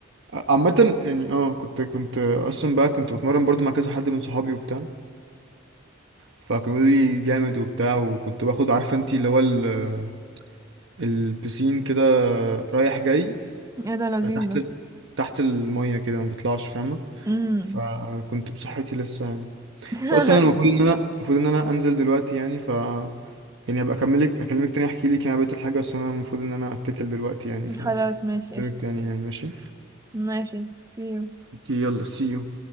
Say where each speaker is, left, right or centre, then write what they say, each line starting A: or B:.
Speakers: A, on the right; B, on the right.
A: ع- عامة يعني اه كنت كنت اصلا بقى كنت بتمرن برضو مع كذا حد من صحابي وبتاع فكانوا بيقولوا لي جامد وبتاع وكنت باخد عارفة انتي اللي هو ال- البسين كده رايح جاي
B: ايه ده لذيذ
A: تحت
B: ده
A: ال- تحت المية كده ما بطلعش فاهمة
B: امم
A: فكنت بصحتي لسه يعني
B: <laughs>
A: بس اصلا انا المفروض ان انا المفروض ان انا انزل دلوقتي يعني ف يعني ابقى اكملك اكلمك تاني احكي لك يعني بقيت الحاجه بس انا المفروض ان انا اتكل دلوقتي يعني فاكلمك
B: خلاص ماشي قشطة
A: تاني يعني ماشي
B: ماشي سيو
A: اوكي يلا سي يو